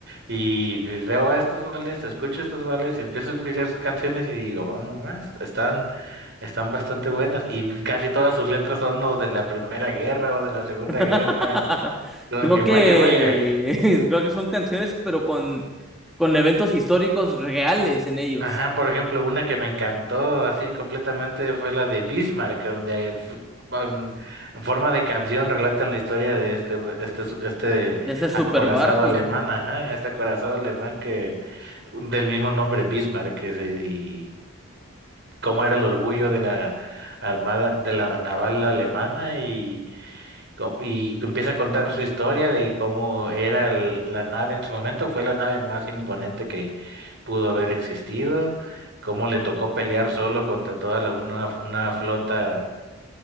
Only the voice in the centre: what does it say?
<laughs>
Creo
que
<laughs> creo que son canciones, pero con, con eventos históricos reales en ellos.
De ese super
barco.